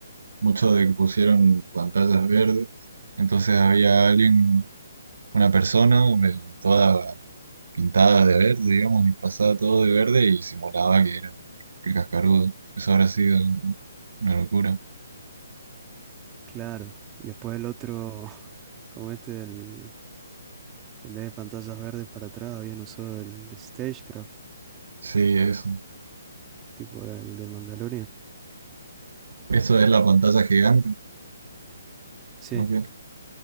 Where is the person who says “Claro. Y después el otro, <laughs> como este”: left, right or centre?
Right